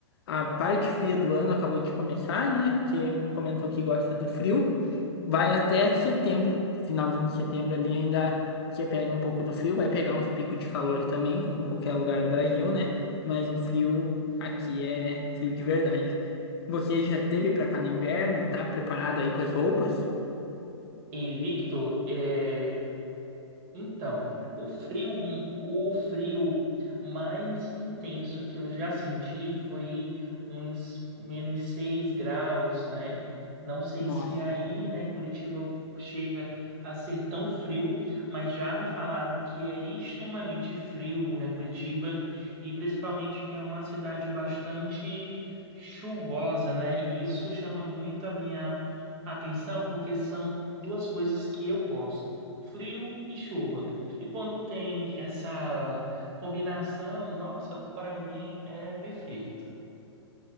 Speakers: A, on the left (about 55°); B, on the right (about 35°).
A: A parte fria do ano acabou de começar, né? Você comentou que gosta do frio, vai até setembro, finalzinho de setembro ali ainda você pega um pouco do frio, vai pegar uns picos de calor também, como qualquer lugar do Brasil, né? Mas o frio aqui é frio de verdade. Você já teve para cá no inverno? Tá preparado aí com as roupas?
B: E Victor, é, Então, o frio, o frio mais intenso que eu já senti foi uns menos 6 graus, né? Não sei
A: Nossa.
B: se é aí, né, em Curitiba chega a ser tão frio, mas já me falaram que é extremamente frio, né, Curitiba, e principalmente que é uma cidade bastante chuvosa, né? E isso chama muito a minha atenção, porque são duas coisas que eu gosto frio e chuva. E quando tem essa combinação, nossa, para mim é perfeito.